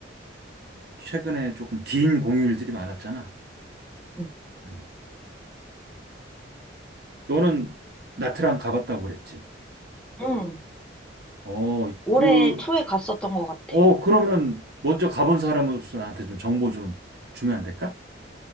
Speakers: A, on the right; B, in the centre.
A: 최근에 조금 긴 공휴일들이 많았잖아.
B: 응,
A: 음. 너는 나트랑 가봤다고 그랬지.
B: 응.
A: 어,
B: 올해
A: 그,
B: 초에 갔었던 것 같아.
A: 어, 그러면 먼저 가본 사람으로서 나한테 좀 정보 좀 주면 안 될까?